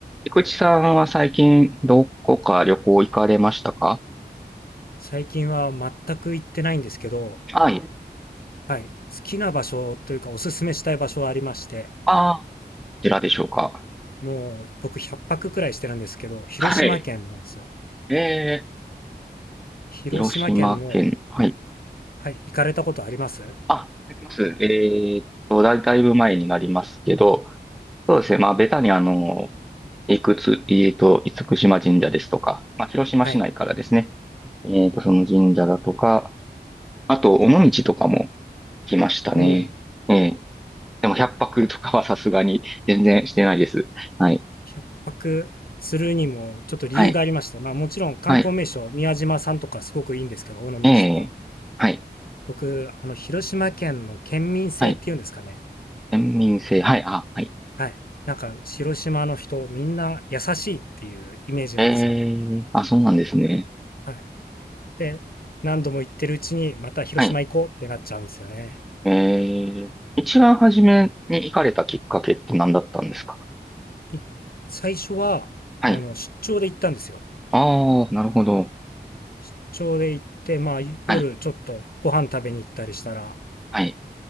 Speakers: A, in the centre; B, on the left.
A: 菊池さんは最近どこか旅行行かれましたか
B: 最近は全く行ってないんですけど、
A: はい。
B: はい、好きな場所というかおすすめしたい場所はありまして、
A: ああ、こちらでしょうか。
B: もう僕100泊くくらいしてるんですけど、広島県なんですよ。
A: はい。えー、
B: 広島県の、
A: 広島県。はい。
B: はい、行かれたことあります
A: あ、あります。えーっと、だい、だいぶ前になりますけど、そうですね。まあ、ベタにあの、いくつ、えーっと、厳島神社ですとか、まあ、広島市内からですね。
B: はい。
A: えーっと、その神社だとか、あと、尾道とかも来ましたね。
B: もう
A: えー、でも、百泊とかはさすがに全然してないです。はい。
B: 100泊するにもちょっと理由がありまして、
A: はい。
B: まあもちろん観光名所、
A: はい
B: 宮島さんとかすごくいいんですけど、尾道とか。
A: ええ、はい、
B: 僕、あの、広島県の県民性っていうんですかね。
A: はい、県民性、はい、あ、はい。
B: はい。なんか、広島の人、みんな優しいっていうイメージなんですよ。
A: ええ、あ、そうなんですね。
B: はい。で、何度も行ってるうちに、また広島行こうってなっちゃうんですよね。
A: はい。ええ、一番初めに行かれたきっかけって何だったんですか
B: い最初は、
A: はい。
B: あの、出張で行ったんですよ。
A: ああ、なるほど。
B: 出張で行って、まあ、夜ちょっとご飯食べに行ったりしたら、
A: はい、はい。